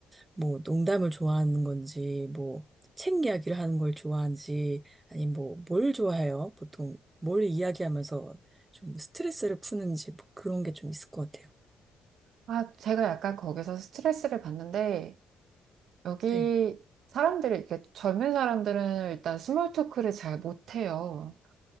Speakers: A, on the right; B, on the right.
A: 뭐, 농담을 좋아하는 건지, 뭐, 책 이야기를 하는 걸 좋아하는지, 아니, 뭐, 뭘 좋아해요? 보통, 뭘 이야기하면서 좀 스트레스를 푸는지, 뭐 그런 게 좀 있을 것 같아요.
B: 아, 제가 약간 거기서 스트레스를 받는데, 여기
A: 네.
B: 사람들이, 이렇게 젊은 사람들은 일단 스몰 토크를 잘 못해요.